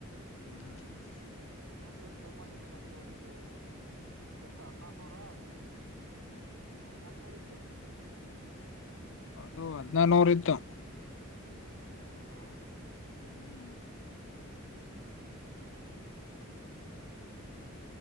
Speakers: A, on the left; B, on the right.
A: ಹ್ಮ್
B: ಹ ಸರ್ ಟ್ರೈ ಮಾಡಿ ನೋಡು ಹಗೆ ಹೊಡೀರಿ ಎಷ್ಟ್ ಹದ್ನಾರನೂರ ಹದ್ನ ಹದ್ನಾಕ್ನೂರ್ ಇತ್ತಮ್ಮ.
A: ಅದು ಹದ್ನೂರ ನೂರು ಇತ್ತು.
B: ಹೌದಾ
A: ಹ್ಮ್
B: ಹ ಹ